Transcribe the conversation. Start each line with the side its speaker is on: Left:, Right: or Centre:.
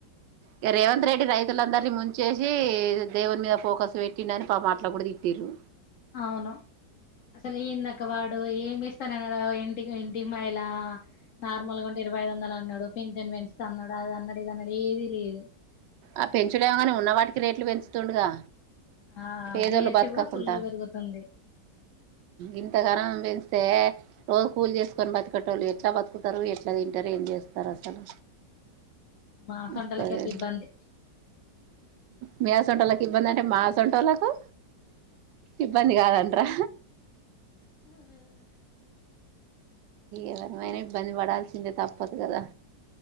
Right: ఇక రేవంత్ రెడ్డి రైతులందరినీ ముంచేసి దేవుని మీద ఫోకస్ పెట్టిండ అని పా మాటలు కూడా తిట్టర్రు
Left: అవును అసలు ఈందక వాడు ఏమిస్ వస్తాను అన్నా ఇంటికి ఇంటికి మిళ నార్మల్గా ఉంటే ఇరవై ఐదు వందలు అన్నాడు పెంచన్ పెంచుత అన్నాడా అ అన్నడది అన్నడ ఏది లేదు
Right: ఆ పెంచులేమగాని ఉన్నవాటికి రేట్లు పెంచుతుండుగా
Left: ఆ
Right: పేదోళ్లు
Left: జిఎస్టి
Right: బతకకుండా
Left: కూడా ఫుల్ పెరుగుతుంది
Right: ఇంతగనం పెంచ్ తే రోజు కూల్ చేసుకొని బతుకే వాళ్ళు ఎట్లా బతుకుతారు ఎట్లా తింటారు ఏం చేస్తారు అసలు
Left: మా అసంటోళ్ళకైతే
Right: వస్తది
Left: ఇబ్బంది
Right: మీ ఆసంట వాళ్ళకి ఇబ్బంది అంటే మా సంట వాళ్ళలకు ఇబ్బంది కాదంటారా
Left: అ
Right: ఏవరమైనా ఇబ్బంది పడాల్సిందే తప్పదు కదా